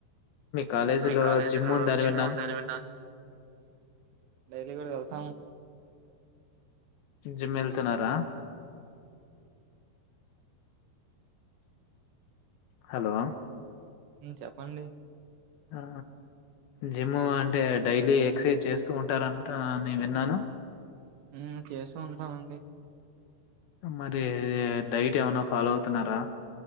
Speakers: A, on the left; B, on the right.
A: కాలేజీలో
B: మీ కాలేజీ
A: జిమ్
B: లో
A: ఉందని
B: జిమ్
A: విన్నాను.
B: ఉందని విన్నా డైలీ కూడా వెళ్తాము
A: జిమ్మెలుతునారా హలో
B: చెప్పండి
A: ఆ జిమ్ అంటే డైలీ ఎక్సర్సైజ్ చేస్తూ ఉంటారంట నే విన్నాను
B: మ్ చేస్తు ఉంటామండి
A: మరి డైట్ ఏమన్నా ఫాలో అవుతున్నారా